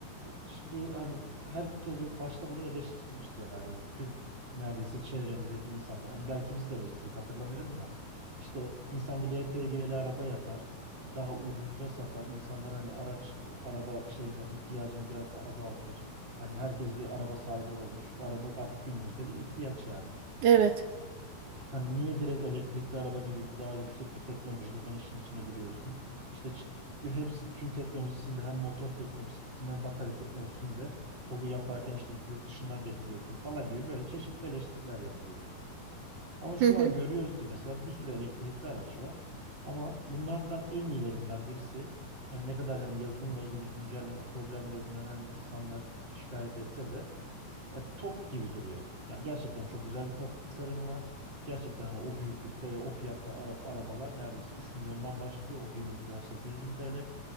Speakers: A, on the right; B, on the right.
A: Şimdi hani herkes başta bunu eleştirmişti yani tüm neredeyse çevremizdeki insanlar. Hani belki biz de eleştirdik hatırlamıyorum da. İşte insan bir LPG'li araba yapar. Daha ucuza satar. İnsanlar hani araç, araba şeyinden ihtiyacını biraz azaltır. Hani herkes bir araba sahibi olabilir. Çünkü araba artık günümüzde bir ihtiyaç yani.
B: evet.
A: Hani niye direkt elektrikli araba gibi daha yüksek bir teknolojiden işin içine giriyorsun? İşte ç- hepsi tüm teknolojisinde hem motor teknolojisinde hem batarya teknolojisinde TOG'u yaparken işte yurt dışından getiriyorsun falan gibi böyle çeşitli eleştiriler yapılıyor. Ama şu
B: Hı hı.
A: an görüyoruz ki mesela bir sürü elektrikli araç var. Ama bunlardan en iyilerinden birisi yani ne kadar hani yazılımla ilgili güncelleme problemlerinden hani insanlar şikayet etse de ya tok gibi duruyor. Yani gerçekten çok güzel bir tasarımı var. Gerçekten hani o büyüklükte, o fiyatta Arap arabalar neredeyse 3 milyondan başlıyor. O 1 milyon 800 bin TL,